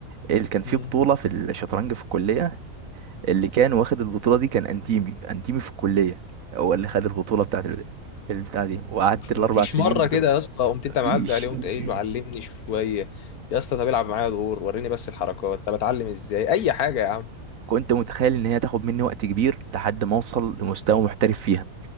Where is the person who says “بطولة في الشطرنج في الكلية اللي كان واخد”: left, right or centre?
Right